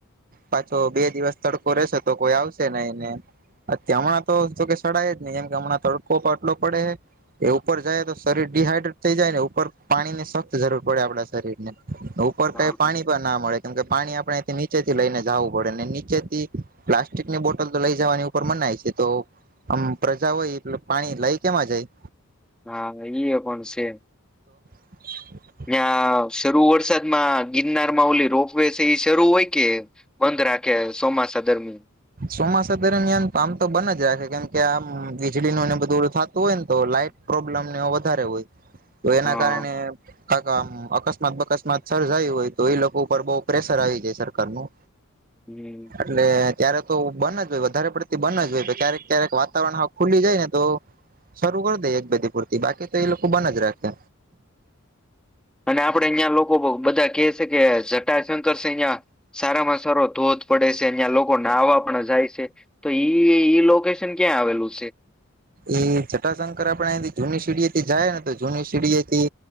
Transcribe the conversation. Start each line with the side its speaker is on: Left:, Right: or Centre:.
Right: પાછો બે દિવસ તડકો રહેશે તો કોઈ આવશે ને એને. અ હમણાં તો કે શળાય જ નહી એમ કે હમણાં તડકો પણ આટલો પડે. એ ઉપર જાય તો શરીર ડડીહાઈડ્રેટ થઈ જાય ને ઉપર પાણી ની સખ્ત જરૂર પડે આપડા શરીર ને ઉપર
Centre: હા
Right: કઈ પાણી પણ ના મળે. કેમ કે પાણી આપણેથી નીચેથી લઈને જવું પડે ને નીચેથી પ્લાસ્ટિક ની બોટલ તો લઈ જવાની ઉપર મના ઈ થાય તો આમ પ્રજા હોય એટલે પાણી લઈ કેમાં જાય
Centre: હા ઈ પણ છે.
Right: <inaudible>
Centre: ત્યાં શરૂ વરસાદમાં ગિરનાર માં ઓલી રોપ વે એ શરૂ હોય કે બંધ રાખે? આ કે સોમાસા દરમી
Right: ચોમાસા દરમિયાન પામ તો બન જ રાખે. કે આમ વીજળીનુંને બધું નો થતું હોય ને તો લાાઈટ પ્રોબ્લેમને વધારે હોય. તો એના
Centre: હ
Right: કારણે કા આમ અકસ્માત બકસ્માત સર્જાયું હોય તો એ લોકો ઉપર બઉ પ્રેશર આવી જાય સરકાર નું.
Centre: હમ
Right: એટલે ક્યારે તો બન જ હોય વધારે પડતી બન જ હોય ક્યારેક ક્યારેક વાતાવરણ ખુલી જાય ને તો શરૂ કરી દે એક બાજી પૂરતી બાકી તો એ લોકો બન જ રાખે.
Centre: અને આપડે અહિયાં લોકો બધા કે છે કે જટાશંકર છે અહિયાં સારામાં સારો ધોધ પડે છે અહં લોકો નાહવા પણ જાય છે તો ઈ ઈ લોકેશન ક્યાં આવેલું છે?
Right: એ જટાશંકર આપણે એથી જૂની સીડી થી જાય ને તો જૂની સીડીએથી